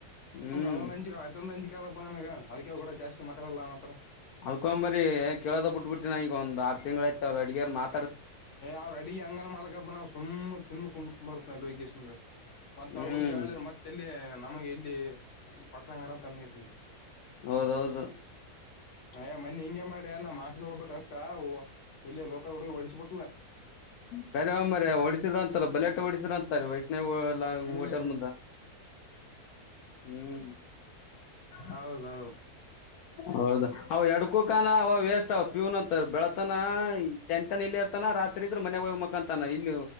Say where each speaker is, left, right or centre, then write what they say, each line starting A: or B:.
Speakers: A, on the left; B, on the left.
A: ಹ್ಮ್
B: ಅದೊಂದು ಅಂಕಿ ಗ ಅದಕ್ಕೆ ಕೂಡ ಜಾಸ್ತಿ ಮಾತಾಲ್ಲ ನನ ಹತ್ರ
A: ಅಲ್ಕೊಂಬರಿ ಕೇಳೋದ್ ಬಿಟ್ಬಿಟ್ಟಿನನ ಈಗ ಒಂದ ಆರು ತಿಂಗಳ ಯ್ತ ಅವ್ರ ಅಡಗಾರ ಮಾತ್ರ
B: ಅವರು ಅಡುಗೆ ಹಂಗರ ಮಾಡಿಕೊಳ್ಳಪ್ಪ ನಾನು ಸುಮ್ ಕುಂತುಬಿಡ್ತೀನಿ ಮತ್ತ
A: ಹ್ಮ್
B: ಅವ್ರು ಕೂಡ ಜ ಹೇಳ ಮತ್ತೆಲ್ಲಿ ನಮಗೆ ಇಲ್ಲಿ ಹೊಡ್ಸಂಗಾರಂತ ತಂದಸನಿ
A: ಹೌದೌದು
B: ಏ ಮನ್ನಿ ಹಿಂಗೆ ಮಾಡಿ ನ ಮಾಕ್ಲಿ ಹೋಗಬಬೇಕಕ್ ಅಕ್ಕ ಇಲ್ಲ ಲೋಕಲ್ ಹುಡುಗಿ ಒಡಸಬಿಟ್ಲ
A: ಸರಿ ಮರಿ ಹೊಡಸಿದ್ರ ಅಂತಲ್ಲ ಬಲೆಟ ಹೊಡಸ್ರ ಅಂತಾರೆ ವೈಷ್ಣವ್ ಎಲ್ಲ
B: ಹ್ಮ್
A: ಹೋಟೆಲ್ ಮು್ದ ಹ್ಮ್
B: ಹೌದೌದು
A: ಹೌದ ಅವ ಎಡ್ಕೋಕಾನ ಅವ ವೇಸ್ಟ್ ಅವ ಪೀೂ್ನಂತ ಬೆಳತಾನ ಕೆಂ ಇಲ್ಲ ಇರ್ತಾನ ರಾತ್ರಿ ಇದ್ರ ಮನೆಾಗ ಹೋಗಿ್ ಮಕ ಅಂತಾನ ಇಲ್ಲಿ